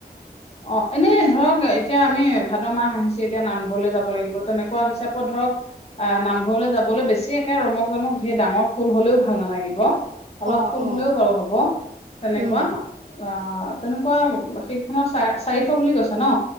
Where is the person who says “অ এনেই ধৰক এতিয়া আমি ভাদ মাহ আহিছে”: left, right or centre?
Left